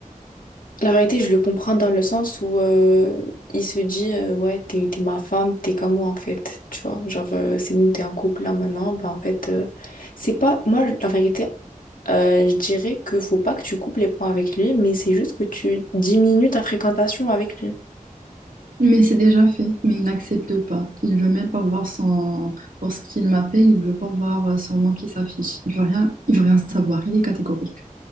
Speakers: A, on the left; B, on the right.
A: La vérité, je le comprends dans le sens où euh, il se dit euh, ouais, t'es, t'es ma femme, t'es comme moi en fait. Tu vois, genre, euh, c'est nous, t'es en couple là maintenant. Bah en fait, euh, c'est pas. Moi, la vérité, euh, je dirais que faut pas que tu coupes les ponts avec lui, mais c'est juste que tu diminues ta fréquentation avec lui.
B: Mais c'est déjà fait, mais il n'accepte pas. Il veut même pas voir son... Lorsqu'il m'appelle, il veut pas voir son nom qui s'affiche. Il veut rien, il veut rien savoir, il est catégorique.